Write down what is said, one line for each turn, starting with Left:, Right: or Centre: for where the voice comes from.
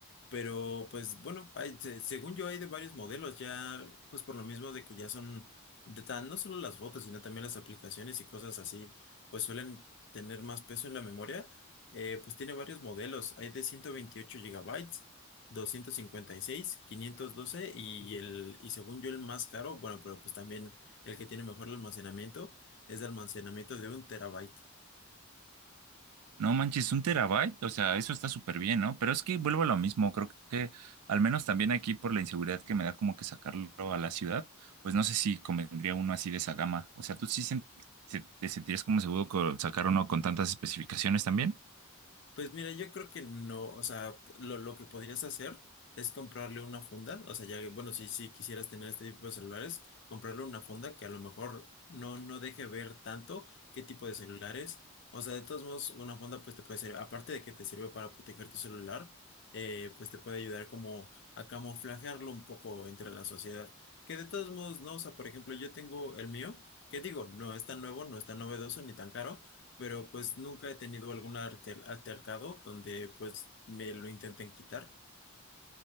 Left: Pero pues bueno, hay, se- según yo hay de varios modelos, ya pues por lo mismo de que ya son de tan, no solo las fotos, sino también las aplicaciones y cosas así, pues suelen tener más peso en la memoria. Eh, pues tiene varios modelos, hay de 128 gigabytes, 256, 512 y seis, quinientos doce y el y según yo el más caro, bueno, pero pues también el que tiene mejor almacenamiento es de almacenamiento de un terabyte.
Right: No manches, un terabyte, o sea, eso está súper bien, ¿no? Pero es que vuelvo a lo mismo, creo que al menos también aquí por la inseguridad que me da como que sacarlo a la ciudad, pues no sé si convendría uno así de esa gama. O sea, ¿tú sí sen- se- te sentirías como seguro con sacar uno con tantas especificaciones también?
Left: Pues mira, yo creo que no, o sea, lo, lo que podrías hacer es comprarle una funda, o sea, ya, que, bueno, si, si quisieras tener este tipo de celulares, comprarle una funda que a lo mejor no, no deje ver tanto qué tipo de celulares, o sea, de todos modos, una funda pues te puede servir, aparte de que te sirve para proteger tu celular, eh, pues te puede ayudar como a camuflajearlo un poco entre la sociedad, que de todos modos, no, o sea, por ejemplo, yo tengo el mío, que digo, no es tan nuevo, no es tan novedoso ni tan caro, pero pues nunca he tenido algún alter- altercado donde pues me lo intenten quitar.